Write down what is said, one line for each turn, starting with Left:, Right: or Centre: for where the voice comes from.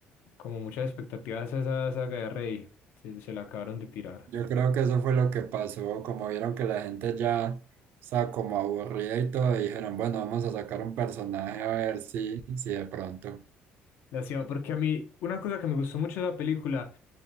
Left: como muchas expectativas a esa saga de Rey. Se, se la acabaron de tirar.
Right: Yo creo que eso fue lo que pasó, como vieron que la gente ya está como aburrida y todo, dijeron, bueno, vamos a sacar un personaje a ver si, si de pronto.
Left: La cima, porque a mí, una cosa que me gustó mucho de la película,